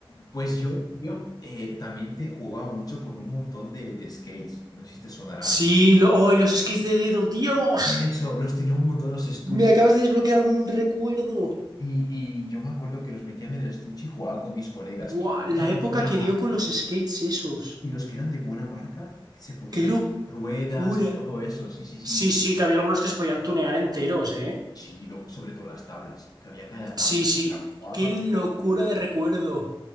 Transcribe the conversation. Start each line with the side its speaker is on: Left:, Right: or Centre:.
Left: Pues yo, yo eh, también te jugaba mucho con un montón de, de skates. No sé si te sonarán.
Right: Sí, lo, ¡ay, los skis de dedo, Dios.
Left: Eso, los tenía un montón los estuches.
Right: Me acabas de desbloquear un recuerdo.
Left: Y, y yo me acuerdo que los metían en el estuche y jugaba con mis colegas.
Right: Buah,
Left: Y
Right: la
Left: eran de
Right: época
Left: buena
Right: que
Left: marca.
Right: dio con los skates esos.
Left: Y los que eran de buena marca se podían
Right: ¡Qué locura!
Left: ruedas y todo eso. Sí, sí, sí.
Right: Sí, sí, que había algunos que se podían tunear enteros, ¿eh?
Left: Sí, lo- sobre todo las tablas, que había cada tabla.
Right: Sí, sí.
Left: guapa.
Right: Qué locura de recuerdo.